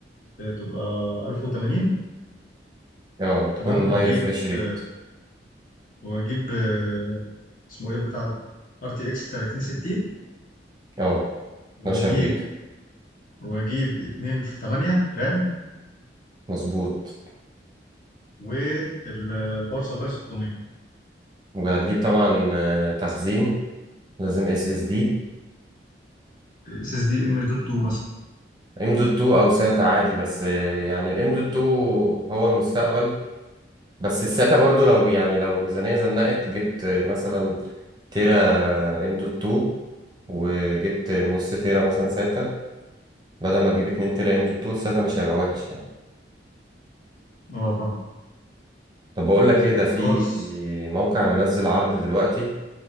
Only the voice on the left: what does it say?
آه، تبقى 1080
تمام
واجيب
آه، واجيب آه، اسمه ايه البتاع ده؟ ار تي اكس 3060
واجيب
واجيب 2 في 8 رام
والباور سبلاي 600
اس اس دي ام دوت 2 مثلا
اه فاهم
خلاص